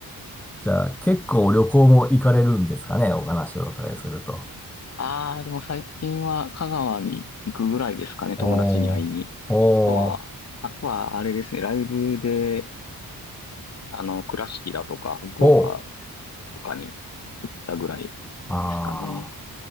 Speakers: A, in the centre; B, on the left (about 45°).
A: じゃあ、結構旅行も行かれるんですかね、お話をお伺いすると。
B: ああ、でも最近は香川に行くぐらいですかね、
A: おー、
B: 友達に会いに。
A: おー、
B: あとは、あとはあれですね、ライブで、あの、倉敷だとか福岡
A: おー、
B: とかに行ったぐらいですかね。
A: あ